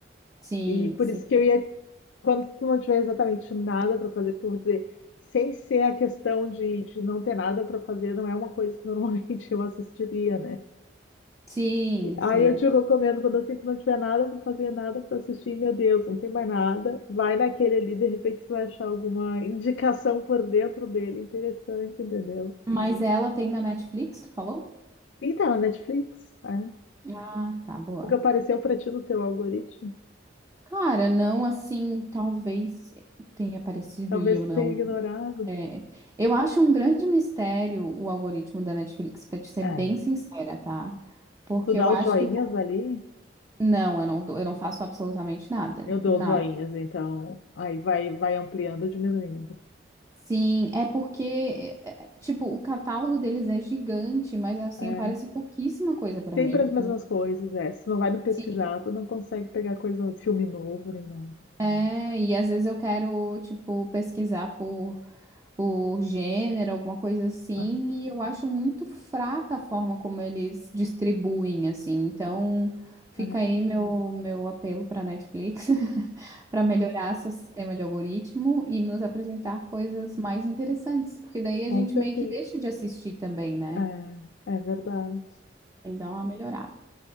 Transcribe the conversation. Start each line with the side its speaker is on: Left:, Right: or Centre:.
Right: Sim,
Left: E por
Right: sim.
Left: isso que eu ia, quando tu não tiver exatamente nada para fazer, porque eu vou dizer, sem ser a questão de, de não ter nada para fazer, não é uma coisa que normalmente <laughs> eu assistiria, né?
Right: Sim,
Left: Aí
Right: sim.
Left: eu te recomendo, quando assim que não tiver nada pra fazer, nada pra assistir, meu Deus, não tem mais nada. Vai naquele ali, de repente você vai achar alguma indicação por dentro dele interessante, entendeu?
Right: Mas ela tem na Netflix, tu falou?
Left: E tá na Netflix, é.
Right: Ah, tá, boa.
Left: Nunca apareceu pra ti no teu algoritmo.
Right: Cara, não assim, talvez tenha aparecido
Left: Talvez
Right: e eu
Left: tu
Right: não.
Left: tenha ignorado.
Right: É, eu acho um grande mistério o algoritmo da Netflix, pra te ser
Left: É.
Right: bem sincera, tá? Porque
Left: Tu dá
Right: eu acho
Left: os joinhas
Right: que. o ca-
Left: ali,
Right: Não, eu não, dou- eu não faço absolutamente nada.
Left: eu dou
Right: Nada.
Left: os joinhas, então aí vai, vai ampliando ou diminuindo.
Right: Sim, é porque, é, é, tipo, o catálogo deles é gigante, mas assim,
Left: É.
Right: aparece pouquíssima coisa pra
Left: Sempre
Right: mim.
Left: as mesmas coisas, é. Se não vai no pesquisar,
Right: Sim.
Left: tu não consegue pegar coisa, filme novo nem nada.
Right: É, e às vezes eu quero, tipo, pesquisar por, por gênero, alguma coisa assim,
Left: Aham,
Right: e eu acho muito fraca a forma como eles distribuem, assim. Então, fica
Left: é.
Right: aí meu, meu apelo pra Netflix, <laughs> pra melhorar seu sistema de algoritmo e nos apresentar coisas mais interessantes, porque daí a
Left: Com
Right: gente
Left: certeza.
Right: meio que deixa de assistir também, né?
Left: É, é verdade.
Right: Tem que dar uma melhorada.